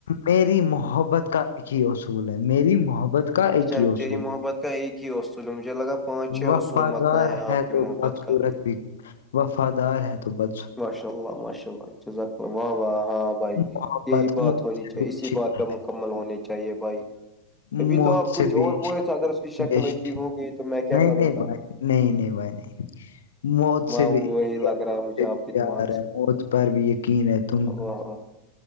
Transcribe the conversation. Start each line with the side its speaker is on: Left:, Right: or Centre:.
Left: میری محبت کا ایک ہی اصول ہے میری محبت کا ایک
Centre: اچھا
Left: ہی اصول
Centre: تیری محبت
Left: ہے
Centre: کا ایک ہی اصول ہے مجھے لگا پانچ چھ
Left: وفادار
Centre: اصول متنا ہے آپ کی
Left: تو
Centre: محبت
Left: بدصورت
Centre: کا
Left: وفادار ہے تو ب
Centre: ماشاء اللہ ماشاء اللہ ذخللم واہ واہ ہ بھائی
Left: محبت
Centre: یہی
Left: موت
Centre: بات ہونی
Left: سے
Centre: چاہیے
Left: بھی عشق
Centre: اسی بات پہ مکمل ہونی چاہیے بھائی
Left: ہے،
Centre: ابھی
Left: موت
Centre: تو آپ
Left: سے
Centre: کچھ
Left: بھی
Centre: اور
Left: عشق-
Centre: بولے تھے اگر اس کی شکل
Left: بے عشق-
Centre: عجیب ہو گئی تو میں کیا
Left: نہیں
Centre: کروں
Left: نہیں
Centre: گا
Left: بھائی نہیں نہیں بھائی نہیں مت
Centre: وہاں
Left: سے بھی
Centre: وہی
Left: پیار
Centre: لگ رہا ہے مجھے آپ کے دماغ
Left: ہے موت پر بھی یقین ہے تم
Centre: ا ا